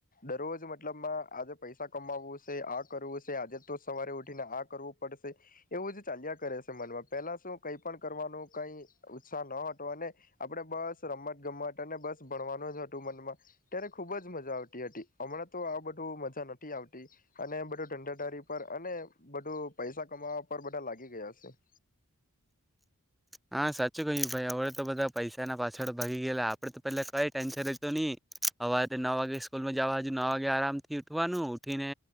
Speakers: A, on the left; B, in the centre.
A: દરરોજ મતલબમાં આજે પૈસા કમાવવું શે આ કરવું શે આજે તો સવારે ઉઠીને આ કરવું પડશે એવું જ ચાલ્યા કરે. મન માં પહેલા શું કઈ પણ કરવાનું કઈ ઉત્સાહ ન હતો અને આપણે બસ રમત ગમત અને બસ ભણવાનું જ હતું મનમાં ત્યારે ખુબ જ મજા આવતી હતી હમણાં તો આ બધું મજા નથી આવતી અને બધું ઢંઢાદારી પર અને બધું પૈસા કમાવા પર બધા લાગી ગયા છે.
B: હા સાચું કહ્યું ભાઈ હવે તો બધા પૈસા ના પાછળ ભાગી ગયેલા આપડે તો પેલા કઈ ટેન્શન જ તો ની હવારે નવ વાગે સ્કૂલમાં જવા હજુ ન વાગે આરામ થી ઉઠવાનું ઉઠીને